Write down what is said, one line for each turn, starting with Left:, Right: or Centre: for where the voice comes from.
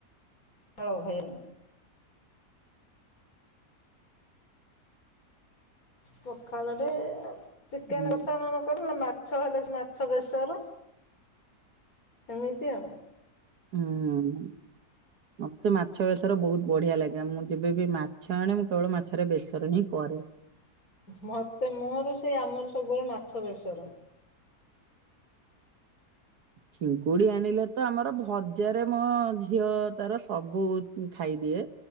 Left: ହଳ ଭାଇନ ପଖାଳ ରେ ଚିକେନ
Right: ହୁଁ
Left: କଷା <unintelligible> ମାଛ ହେଲେ ମାଛ ବେଶର। ଏମିତି ଆଉ।
Right: ହୁଁ। ମତେ ମାଛ ବେସର ବହୁତ ବଢିଆ ଲାଗେ ମୁଁ ଯେବେବି ମାଛ ଆଣେ ମୁଁ କେବଳ ମାଛରେ ବେସର ହିଁ କ କରେ।
Left: ମତେ ମୋର ସେଇ ଆମର ସବୁବେଳେ ମାଛ ବେସର।
Right: ଚିଙ୍ଗୁଡି ଆଣିଲେ ତ ଆମର ଭଜାରେ ମୋ ଝିଅ ତାର ସବୁ ଖାଏ। ଖାଇଦିଏ